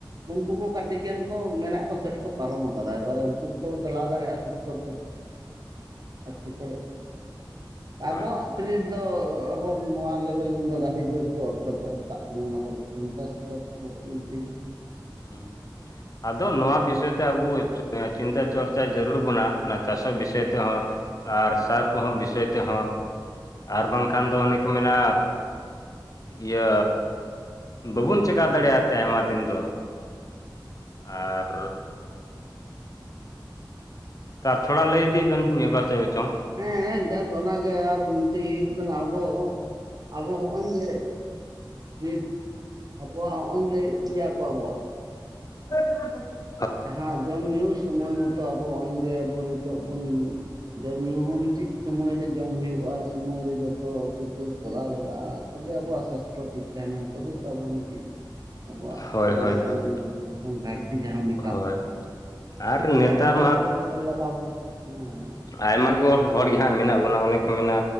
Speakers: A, on the right (about 50°); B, on the left (about 45°).
A: ᱩᱱᱠᱩ ᱠᱚ ᱠᱟᱹᱴᱤᱡ ᱜᱟᱱ ᱠᱚ ᱢᱮᱱᱟᱜᱼᱼ ᱥᱮᱴ ᱠᱚ ᱯᱟᱨᱚᱢ ᱟᱠᱟᱫᱟ ᱮᱵᱟᱨᱮ ᱩᱱᱠᱩ, ᱠᱚ ᱪᱟᱞᱟᱣ ᱫᱟᱲᱮᱭᱟᱜᱼᱟ ᱥᱚᱛᱛᱚᱨ ᱠᱚᱨᱮ ᱟᱥᱤ ᱠᱚᱨᱮ᱾
B: ᱦᱳᱭ
A: ᱟᱵᱚᱣᱟᱜᱼᱼ ᱯᱷᱤᱨᱤ ᱫᱚ ᱟᱵᱚᱨ ᱱᱚᱣᱟ ᱞᱮᱵᱮᱞ ᱨᱮᱱᱫᱚ ᱟᱹᱰᱤ ᱡᱳᱨ ᱠᱚ ᱚᱴᱠᱚᱪᱚ ᱠᱟᱜ ᱠᱟᱱᱟ ᱚᱱᱟ ᱠᱚ ᱯᱚᱪᱟᱥᱼᱼ ᱚᱠᱤᱱ <unintelligible>
B: ᱦᱩᱸ ᱟᱫᱚ ᱱᱚᱣᱟ ᱵᱤᱥᱚᱭ ᱛᱮ ᱟᱵᱩᱼᱼ ᱪᱤᱱᱛᱟᱹ ᱪᱚᱨᱪᱟ ᱡᱟᱹᱨᱩᱲ ᱵᱚᱱᱟ ᱚᱱᱟ ᱪᱟᱥᱟ ᱵᱤᱥᱚᱭ ᱛᱮᱦᱚᱸ ᱟᱨ ᱥᱟᱨ ᱠᱚᱦᱚᱸ ᱵᱤᱥᱚᱭ ᱛᱮᱦᱚᱸ ᱟᱨ ᱵᱟᱝ ᱠᱷᱟᱱ ᱫᱚ ᱚᱱᱮ ᱠᱚ ᱢᱮᱱᱟ᱾ ᱤᱭᱟᱹ ᱵᱟᱵᱚᱱ ᱪᱮᱠᱟ ᱫᱟᱲᱮᱭᱟᱜ ᱮᱱᱛᱮ ᱟᱭᱢᱟ ᱫᱤᱱ ᱫᱚ᱾ ᱟᱨᱼᱼ ᱛᱟᱨ ᱛᱷᱚᱲᱟ ᱞᱟᱹᱭ ᱤᱫᱮ ᱵᱮᱱ ᱢᱤᱫ ᱵᱟᱨ ᱪᱟᱣᱪᱚᱝ,
A: ᱦᱮᱸ ᱡᱟᱠ ᱚᱱᱟᱜᱮ ᱟᱨ ᱢᱤᱫᱴᱤᱡ ᱦᱩᱭᱩᱜ ᱠᱟᱱᱟ ᱟᱵᱚ ᱟᱵᱚ ᱦᱚᱜᱼᱚᱭ ᱡᱮᱼᱼ ᱱᱤᱛ ᱟᱵᱚᱣᱟᱜ ᱦᱚᱸᱜᱼᱚᱭ ᱡᱮ ᱤᱭᱟᱹ ᱠᱚ ᱟᱵᱚᱣᱟᱜᱼᱼ
B: <unintelligible>
A: ᱡᱟᱦᱟᱸ ᱡᱚᱢ ᱧᱩ ᱥᱚᱢᱚᱭ ᱢᱚᱛᱚ ᱟᱵᱚ ᱱᱚᱜᱼᱚᱭ ᱡᱮ ᱟᱵᱚ ᱱᱤᱛᱚᱜ ᱵᱚᱱᱼᱼ ᱡᱚᱢ ᱧᱩ ᱦᱚᱸ ᱢᱤᱫᱴᱤᱡ ᱥᱚᱢᱚᱭ ᱨᱮ ᱡᱚᱢ ᱦᱩᱭᱩᱜᱼᱟ᱾ ᱥᱚᱢᱚᱭ ᱨᱮ ᱡᱚᱛᱚ ᱠᱤᱪᱷᱩ ᱠᱚᱨᱟᱣ ᱞᱟᱜᱟᱜᱼᱟ ᱛᱚᱵᱮ ᱟᱵᱚᱣᱟᱜ ᱥᱟᱥᱛᱷᱚ ᱴᱷᱤᱠ, ᱛᱟᱦᱮᱱᱟ ᱛᱚᱵᱮ ᱛᱚ ᱟᱵᱚ ᱢᱤᱴᱤᱡ ᱟᱵᱚᱣᱟᱜ
B: ᱦᱳᱭ
A: ᱦᱚᱲᱢᱚ
B: ᱦᱳᱭ ᱦᱳᱭ
A: ᱡᱤᱣᱤ ᱨᱮ ᱜᱟᱹᱨᱛᱤ ᱡᱟᱦᱟᱸᱼᱼ ᱛᱚ
B: ᱦᱳᱭ ᱟᱨ
A: ᱱᱚᱜ
B: ᱱᱮᱛᱟᱨ
A: ᱱᱚᱣᱟ ᱠᱚ ᱠᱟᱴᱤᱡ ᱧᱮᱞ ᱞᱟᱣ ᱵᱚᱱᱟ ᱦᱮᱸ,
B: ᱟᱭᱢᱟᱜ ᱦᱚᱲ ᱜᱮ ᱦᱟᱸᱜ ᱢᱮᱱᱟᱜ ᱵᱚᱱᱟ ᱚᱱᱮ ᱠᱚ ᱢᱮᱱᱟ᱾